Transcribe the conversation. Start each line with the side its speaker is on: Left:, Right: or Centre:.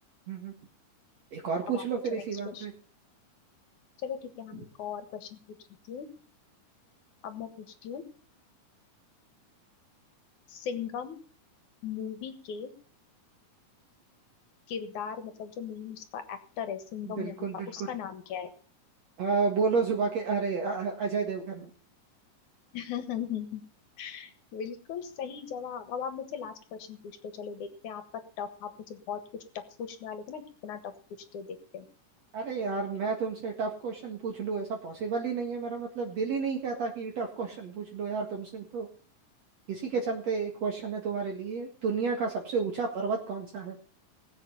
Right: हम्म, हम्म। एक और पूछ
Left: अब आप
Right: लो
Left: पूछो
Right: फिर इसी
Left: नेक्स्ट
Right: बात
Left: क्वेश्चन
Right: पे
Left: चलो ठीक है हम
Right: हम्म।
Left: एक और क्वेश्चन पूछ लेती हूँ अब मैं पूछती हूँ सिंघम मूवी के किरदार मतलब जो मेन उसका एक्टर है सिंघम
Right: बिल्कुल
Left: मूवी का
Right: बिल्कुल
Left: उसका नाम क्या है
Right: अ, बोलो सुबह के अरे अ- अजय देवगन
Left: <laughs> बिल्कुल सही जवाब अब आप मुझसे लास्ट क्वेश्चन पूछते हो चलो देखते हैं आपका टफ आप मुझे बहुत कुछ टफ पूछने वाले थे ना कितना टफ पूछते हो देखते हैं
Right: अरे यार मैं तुमसे टफ क्वेश्चन पूछ लूं ऐसा पॉसिबल ही नहीं है मेरा मतलब दिल ही नहीं कहता कि टफ क्वेश्चन पूछ लूं यार तुमसे तो इसी के चलते एक क्वेश्चन है तुम्हारे लिए दुनिया का सबसे ऊंचा पर्वत कौन सा है